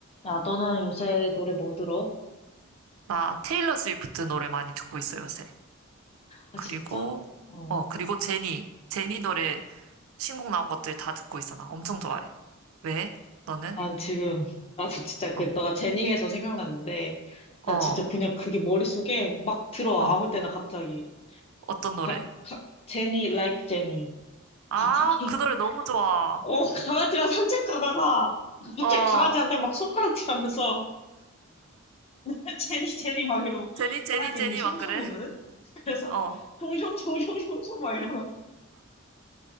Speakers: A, on the left; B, on the right.
A: 야, 너는 요새 노래 뭐 들어?
B: 나 테일러 스위프트 노래 많이 듣고 있어, 요새.
A: 아,
B: 그리고,
A: 진짜? 어.
B: 어, 그리고 제니. 제니 노래 신곡 나온 것들 다 듣고 있어, 나. 엄청 좋아해. 왜? 너는?
A: 난 지금, 나도 진짜 그,
B: 어,
A: 너가 제니에서 생각났는데,
B: 어,
A: 나 진짜 그냥 그게 머릿속에 막 들어와.
B: 어.
A: 아무 때나 갑자기.
B: 어떤 노래?
A: 가, 가, 제니, like 제니.
B: 아,
A: 갑자기,
B: 그 노래
A: <laughs>
B: 너무 좋아.
A: 어, 강아지랑 산책 가다가, 갑자기
B: 어,
A: 강아지한테 막 손가락질 하면서, <laughs> 제니, 제니 막 이러고,
B: 제니, 제니,
A: 강아지
B: 제니,
A: 이름이 숑숑이거든?
B: 막 그래? <laughs>
A: 그래서,
B: 어.
A: 숑숑숑숑숑숑 막 이러고.